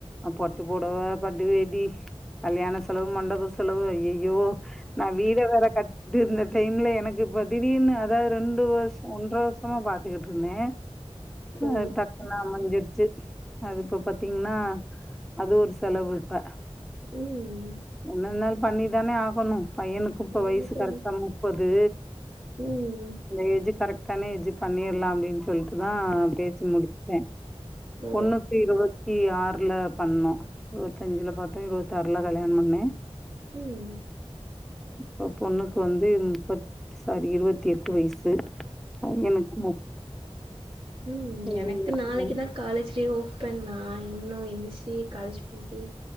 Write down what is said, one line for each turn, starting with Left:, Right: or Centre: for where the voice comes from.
Centre: பட்டு பொடவ பட்டு வேட்டி கல்யாண செலவு மண்டப செலவு ஐய்யயோ நான் வீட வேற கட் டி இந்த டைம்ல எனக்கு இப்ப திடீர்னு அதாவது ரெண்டு வருஷம் ஒன்ற வருஷமா பார்த்துக்கிட்டு இருந்தேன்
Right: ஓ
Centre: அ டக்குன்னு அமஞ்சிருச் சு அது இப்ப பாத்தீங்கன்னா அது ஒரு செலவு இப்ப
Right: ம்
Centre: என்னன்னாலும் பண்ணி தானே ஆகணும் பையனுக்கும் இப்ப
Right: ஆமா
Centre: வயசு
Right: தோழி
Centre: கரெக்டா முப்பது
Right: ம்
Centre: ஏஜ் கரெக உடனே இது பண்ணிடலாம் அப்டின்னு சொல்லிட்டுதா பேசி முடிச்சுட்டே
Right: ஓ
Centre: தொண்ணூத்தி இருபத்தி ஆறு பண்ணோ இருத்தஞ்சுல பாத்து இருபத்தாறுல கல்யாணம் பண்ணே
Right: ம்
Centre: இப்ப பொண்ணுக்கு வந்து முப்ப சாரி இருத்து எட்டு வயசு பையனுக்கு
Right: உம்
Centre: சரி
Right: எனக்கு நாளைக்குதா
Centre: ம்.
Right: காலேஜ்டே ஓபன் பண்ணா இன்னும் எ சே காலேஜ் போகி